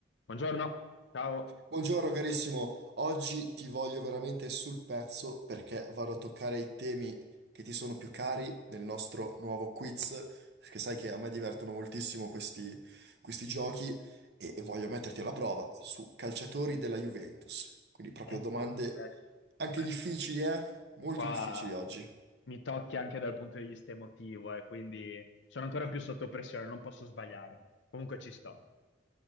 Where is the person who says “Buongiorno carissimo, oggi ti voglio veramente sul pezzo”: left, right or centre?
Right